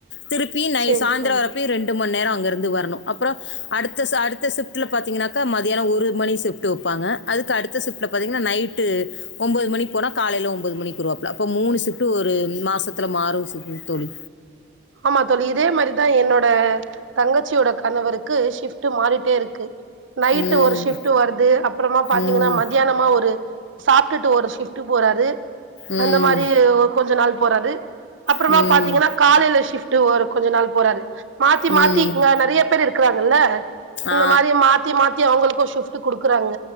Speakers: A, on the left (about 60°); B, on the right (about 75°).
A: திருப்பி நை
B: செரி
A: சாய்ந்துரோ
B: தோழி
A: வரப்பயு ரெண்டு மண் நேரம் அங்க இருந்து வரணும் அப்புறோ அடுத்த ச அடுத்த சிஃப்ட்ல பாத்தீங்கன்னா கா மத்தியானோ ஒரு மணி சிஃப்ட் வெப்பாங்க அதுக்கு அடுத்த சிஃப்ட்ல பாத்தீங்கன்னா நைட்டு ஒம்போது மணி போனா காலையில ஒம்போது மணிக்கு வருவாப்ல அப்போ மூணு சிஃப்ட் ஒரு மாசத்துல மாறும் ச ம் தோழி
B: ஆமா தோழி இதே மாரிதா என்னோட தங்கச்சியோட கணவருக்கு ஷிஃப்ட் மாறிட்டே இருக்கு நைட்டு
A: ம்
B: ஒரு ஷிஃப்ட் வருது அப்புறமா பாத்தீங்கன்னா
A: ம்
B: மதியானமா ஒரு சாப்டுட்டு ஒரு ஷிஃப்டு போறாரு
A: ம்
B: அந்த மாரி ஒ கொஞ்ச நாள் போறாறு அப்புறமா
A: ம்
B: பாத்தீங்கன்னா காலைல ஷி ட்டு ஒரு கொஞ்ச நாள் போறாரு மாத்தி
A: ம்
B: மாத்தி இங்க நறைய பேர் இருக்குறாங்கல்ல அந்த
A: ஆ
B: மாரி மாத்தி மாத்தி அவுங்களுக் கோ ஷிஃப்ட் குடுக்குறாங்க